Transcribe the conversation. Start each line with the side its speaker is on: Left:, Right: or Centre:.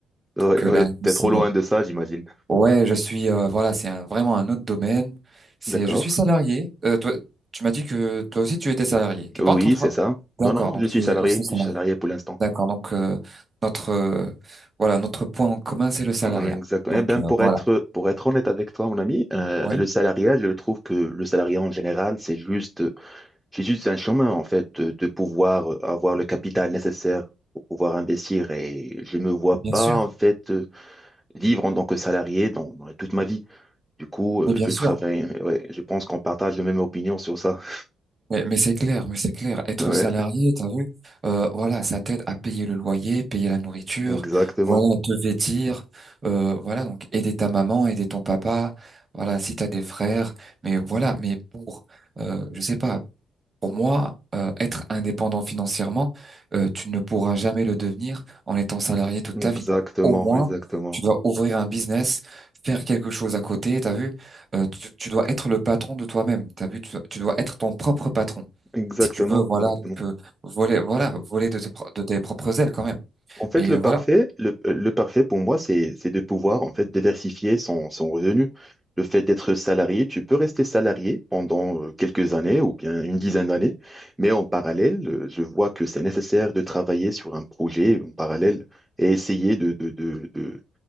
Centre: Ouais,
Right: Donc euh,
Centre: ouais,
Right: la réponse
Centre: t'es trop
Right: c'est
Centre: loin
Right: non.
Centre: de ça, j'imagine.
Right: Ouais, je suis, euh, voilà, c'est un- vraiment un autre domaine. C'est,
Centre: D'accord.
Right: je suis salarié. Euh, toi, tu m'as dit que toi aussi tu étais salarié. T'es
Centre: Oui,
Right: pas entrepreneur.
Centre: c'est ça.
Right: D'accord,
Centre: Non, non, non,
Right: donc
Centre: je suis
Right: tu es
Centre: salarié.
Right: aussi salarié.
Centre: Je suis salarié pour l'instant.
Right: D'accord, donc euh, notre, euh, voilà, notre point en commun c'est le salariat.
Centre: Mm, Exactement.
Right: Donc
Centre: Eh ben,
Right: euh,
Centre: pour
Right: voilà.
Centre: être, pour être honnête avec toi, mon ami, euh,
Right: Ouais,
Centre: le salariat, je trouve que le salariat en général, c'est juste, c'est juste un chemin, en fait, de, de pouvoir avoir le capital nécessaire pour pouvoir investir. Et je me vois
Right: bien
Centre: pas,
Right: sûr.
Centre: en fait, euh, vivre en tant que salarié dans, dans toute ma vie. Du coup, euh,
Right: Mais bien
Centre: je
Right: sûr,
Centre: travaille. Ouais, je pense qu'on partage la même opinion sur ça. <laughs>
Right: mais, mais c'est clair, mais c'est clair. Être
Centre: Ouais,
Right: salarié, t'as vu, euh, voilà, ça t'aide à payer le loyer, payer la nourriture,
Centre: exactement.
Right: voilà, te vêtir, euh, voilà, donc aider ta maman, aider ton papa, voilà, si t'as des frères, mais voilà, mais pour, euh, je sais pas, Pour moi, euh, être indépendant financièrement, euh, tu ne pourras jamais le devenir en étant salarié toute ta
Centre: Exactement,
Right: vie. Au moins,
Centre: exactement,
Right: tu dois ouvrir un business, faire quelque chose à côté, t'as vu? Euh, tu, tu dois être le patron de toi-même, t'as vu? Tu, dois tu dois être ton propre patron.
Centre: exactement,
Right: Si tu veux, voilà,
Centre: exactement.
Right: donc, euh, voler, voilà, voler de tes, pro- de tes propres ailes quand même.
Centre: En fait,
Right: Mais
Centre: le
Right: euh,
Centre: parfait,
Right: voilà.
Centre: le, euh, le parfait pour moi, c'est, c'est de pouvoir en fait diversifier son, son revenu. Le fait d'être salarié, tu peux rester salarié pendant euh, quelques années ou bien une dizaine d'années, mais en parallèle, euh, je vois que c'est nécessaire de travailler sur un projet en parallèle et essayer de, de, de, de-